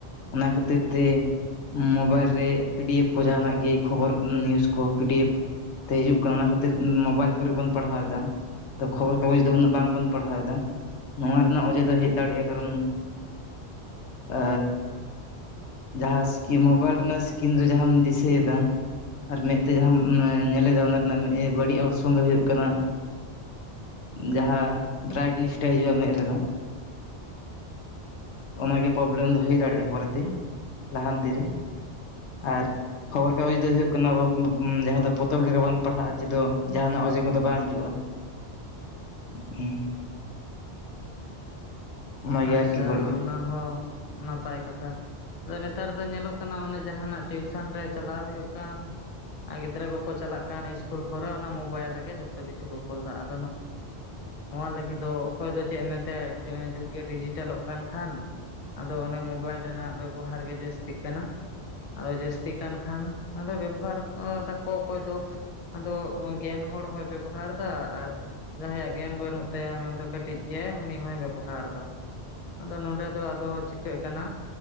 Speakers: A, on the left; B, on the left.
A: ᱚᱱᱟ ᱠᱷᱟᱹᱛᱤᱨ ᱛᱮᱼᱼ ᱢᱳᱵᱟᱭᱤᱞ ᱨᱮ ᱯᱤ ᱰᱤ ᱮᱯᱷ ᱠᱚ ᱡᱟᱦᱟᱱᱟᱜ ᱜᱮ ᱠᱷᱚᱵᱚᱨ ᱱᱤᱭᱩᱡᱽ ᱠᱚ ᱯᱤ ᱰᱤ ᱮᱯᱷᱼᱼ ᱛᱮ ᱦᱤᱡᱩᱜ ᱠᱟᱱᱟ ᱚᱱᱟ ᱠᱷᱟᱹᱛᱤᱨ ᱢᱳᱵᱟᱭᱤᱞ ᱠᱚᱨᱮ ᱵᱚᱱ ᱯᱟᱲᱦᱟᱣ ᱮᱫᱟ᱾ ᱟᱫᱚ ᱠᱷᱚᱵᱚᱨ ᱠᱟᱜᱚᱡᱽ ᱫᱚ ᱩᱱᱟᱹᱜ ᱵᱟᱝ ᱵᱚᱱ ᱯᱟᱲᱦᱟᱣ ᱮᱫᱟ ᱱᱚᱣᱟ ᱨᱮᱱᱟᱜ ᱚᱡᱮ ᱫᱚ ᱦᱮᱡ ᱫᱟᱲᱮᱭᱟᱜᱼᱟ ᱠᱟᱨᱚᱱᱼᱼ ᱮᱻ ᱡᱟᱦᱟᱸ ᱤᱥᱠᱤ ᱢᱳᱵᱟᱭᱤᱞ ᱨᱮᱭᱟᱜ ᱥᱠᱤᱱ ᱨᱮ ᱡᱟᱦᱟᱢ ᱫᱤᱥᱟᱹᱭᱮ ᱫᱟ ᱟᱨ ᱢᱮᱫ ᱛᱮ ᱡᱟᱦᱟᱢ ᱧᱮᱞᱮᱫᱟ ᱚᱱᱟ ᱨᱮᱱᱟᱜ ᱵᱟᱹᱲᱤᱡ ᱚᱨᱥᱚᱱ ᱫᱚ ᱦᱳᱭᱳᱜ ᱠᱟᱱᱟ᱾ ᱡᱟᱦᱟᱸ ᱰᱨᱟᱭᱜᱱᱤᱥᱴ ᱦᱤᱡᱩᱜᱼᱟ ᱢᱮᱫ ᱨᱮᱱᱟᱜ, ᱚᱱᱟᱜᱮ ᱯᱨᱚᱵᱞᱮᱢ ᱫᱚ ᱦᱩᱭ ᱫᱟᱲᱮᱭᱟᱜᱼᱟ ᱯᱚᱨᱮᱛᱮ ᱞᱟᱦᱟᱱᱛᱤ ᱨᱮᱼᱼ ᱟᱨ ᱠᱷᱚᱵᱚᱨ ᱠᱟᱜᱚᱡᱽ ᱫᱚ ᱦᱩᱭᱩᱜ ᱠᱟᱱᱟ ᱟᱵᱚ ᱡᱟᱦᱟᱸ ᱫᱚ ᱯᱚᱛᱚᱵ ᱞᱮᱠᱟ ᱵᱚᱱ ᱯᱟᱲᱦᱟᱜᱼᱟ ᱪᱮᱫ ᱡᱟᱦᱟᱱᱟᱜ ᱚᱡᱮ ᱠᱚᱫᱚ ᱵᱟᱝ ᱦᱤᱡᱩᱜᱼᱟ᱾ ᱦᱮᱸ ᱚᱱᱟᱜᱮ
B: ᱟᱪᱪᱷᱟ
A: ᱟᱨᱠᱤ ᱵᱟᱹᱲᱤᱡ
B: ᱚᱱᱟ ᱦᱚᱸ ᱱᱟᱯᱟᱭ ᱠᱟᱛᱷᱟ ᱟᱫᱚ ᱱᱮᱛᱟᱨ ᱫᱚ ᱧᱮᱞᱚᱜ ᱠᱟᱱᱟ ᱚᱱᱮ ᱡᱟᱦᱟᱱᱟᱜ ᱴᱤᱭᱩᱥᱚᱱ ᱨᱮ ᱪᱟᱞᱟᱣ ᱦᱩᱭᱩᱜ ᱠᱟᱱ ᱟᱨ ᱜᱤᱫᱽᱨᱟᱹ ᱠᱚᱠᱚ ᱪᱟᱞᱟᱜ ᱠᱟᱱ ᱤᱥᱠᱩᱞ ᱠᱚᱨᱮ ᱚᱱᱟ ᱢᱳᱵᱟᱭᱤᱞ ᱨᱮᱜᱮ ᱡᱷᱚᱛᱚ ᱠᱤᱪᱷᱩ ᱠᱚ ᱠᱳᱞ ᱮᱫᱟ ᱟᱫᱚᱼᱼ ᱱᱚᱣᱟ ᱞᱟᱹᱜᱤᱫ ᱫᱚ ᱚᱠᱚᱭ ᱫᱚ ᱪᱮᱫ ᱮ ᱮᱢ ᱢᱮᱛᱟᱭᱟ ᱡᱩᱜᱽ ᱜᱮ ᱰᱤᱡᱤᱴᱮᱞᱚᱜ ᱠᱟᱱ ᱠᱷᱟᱱᱼᱼ ᱟᱫᱚ ᱚᱱᱮ ᱢᱳᱵᱟᱭᱤᱞ ᱨᱮᱱᱟᱜ ᱵᱮᱵᱚᱦᱟᱨ ᱜᱮ ᱡᱟᱹᱥᱛᱤᱜ ᱠᱟᱱᱟ᱾ ᱟᱫᱚ ᱡᱟᱹᱥᱛᱤ ᱠᱟᱱ ᱠᱷᱟᱱ ᱟᱫᱚ ᱵᱮᱵᱚᱦᱟᱨ ᱫᱟᱠᱚ ᱚᱠᱚᱭ ᱫᱚᱼᱼ ᱟᱫᱚ ᱜᱮᱭᱟᱱ ᱦᱚᱲ ᱦᱚᱭ ᱵᱮᱵᱚᱦᱟᱨ ᱮᱫᱟ ᱟᱨ ᱡᱟᱦᱟᱸᱭᱟᱜ ᱜᱮᱭᱟᱱ ᱵᱟᱹᱱᱩᱜ ᱛᱟᱭᱟ ᱢᱮᱱ ᱫᱚ ᱠᱟᱹᱴᱤᱡ ᱜᱮᱭᱟᱭ ᱩᱱᱤ ᱦᱚᱭ ᱵᱮᱵᱚᱦᱟᱨ ᱮᱫᱟ ᱟᱫᱚ ᱱᱚᱰᱮ ᱫᱚ ᱟᱫᱚ ᱪᱤᱠᱟᱹᱜ ᱠᱟᱱᱟ